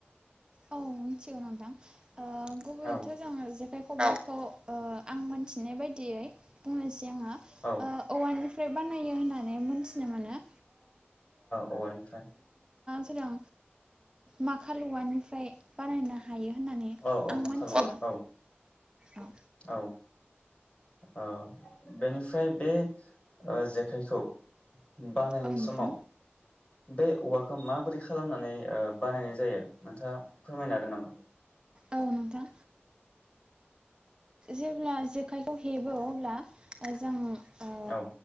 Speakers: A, on the right; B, on the left.
A: औ मोनथिगौ नोंथां। गुबैथ'
B: औ
A: जो जै। बे खबाइखौ आं मोनथिनाय बायदियै बुंनोसै आङो
B: औ
A: औवानिफ्राय बानायो होननानै मोनथिनो मोनो।
B: औवानिफ्राय
A: सोरां माखालुव ओमफ्राय बानायनो हायो। होननानै
B: औ औ
A: आं
B: माखाल
A: मोनथियो
B: औआ औ।
A: औ
B: औ। औ बेनिफ्राय बे जेखाइखौ बानायनाय
A: औ
B: समाव।
A: नोंथां
B: बे औवाखौ माबोरै खालामनानै बानायनाय जायो नोंथाङा फोरमायनो हागोन नामा?
A: औ नोंथां जेब्ला जेखाइखौ हेबो अब्ला जों। ओ
B: औ।